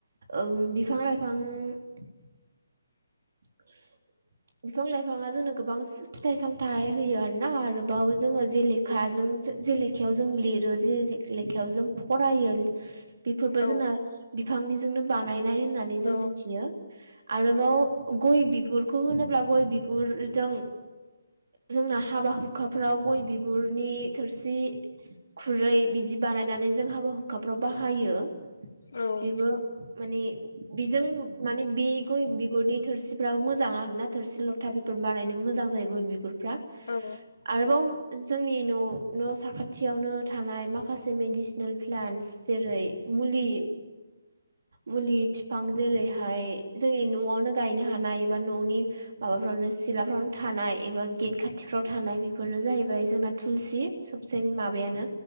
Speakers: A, on the right (about 75°); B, on the left (about 70°).
A: ओम बिफां लाइफां <inaudible> <inaudible> बिफां लाइफाङा जोंनो गोबां फिथाइ सामथाइ होयो आरोना आरोबाव जोङो जेलेखा जों जे लेखायाव जों लिरो जे लेखायाव जों फरायो बेफोरबो
B: औ
A: जोंना बिफांनिजोंनो बानायनाय होननानै जों
B: औ
A: मिथियो। आरोबाव
B: उम
A: गय बिगुरखौ होनोब्ला गय बिगुरजों जोंना हाबा हुखाफोराव गय बिगुरनि थोरसि खुरै बिदि बानायनानै जों हाबा हुखाफ्राव बाहायो।
B: औ
A: बेबो माने बिजों माने बि गय बिगुरनि थोरसिफ्राबो मोजां आरोना थोरसि लथा बेफोर बानायनो मोजां जायो गय बिगुरफ्रा
B: औ उम
A: आरोबाव जोंनि न' न' साखाथियावनो थानाय माखासे मेडिसिनेल प्लान्स जेरै मुलि मुलि फिफां जेरैहाय जोंनि न'वावनो गायनो हानाय एबा न'नि माबाफ्रावनो सिलाफ्रावनो थानाय एबा गेट खाथिफ्राव थानाय बेफोर जाहैबाय जोंना थुलसि सबसे माबायानो